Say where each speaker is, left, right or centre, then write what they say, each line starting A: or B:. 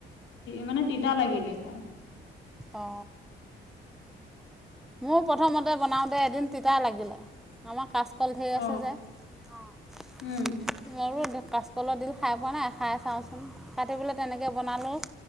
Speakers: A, on the left (about 75°); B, in the centre.
A: মানে তিতা লাগিলে খাই।
B: অঁ মোৰ প্ৰথমতে বনাওঁতে এদিন তিতা লাগিলে, আমাৰ <unintelligible> ধৰি
A: অ
B: আছে যে, অঁ
A: উম
B: মোৰো কাচকলৰ ডিল খাই পোৱা নাই, খাই চাওঁচোন কাটি পেলাই তেনেকৈ বনালে।